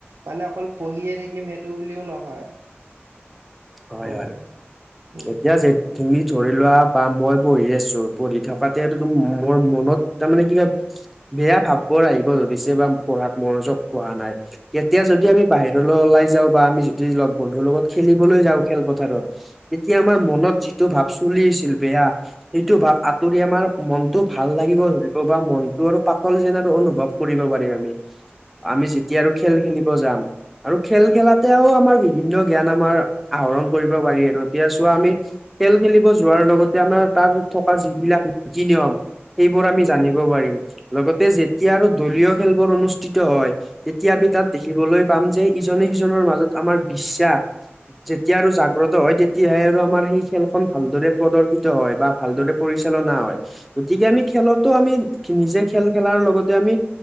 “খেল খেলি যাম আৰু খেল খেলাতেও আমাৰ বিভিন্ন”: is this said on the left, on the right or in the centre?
Centre